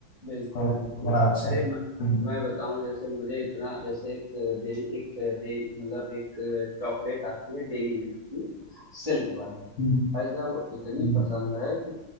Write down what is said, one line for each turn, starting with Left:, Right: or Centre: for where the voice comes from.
Right: बिल्कुल,
Left: और
Right: बिल्कुल।
Left: बड़ा अच्छा
Right: अरे
Left: लगता
Right: म
Left: है हम्म,
Right: मैं बताऊँ जैसे मुझे इतना जैसे एक डेयरी एक डे मतलब एक चॉकलेट आती है डेयरी मिल्क की, सिल्क वाली।
Left: हम्म,
Right: भाई साहब वो इतनी
Left: हम्म।
Right: पसंद है कि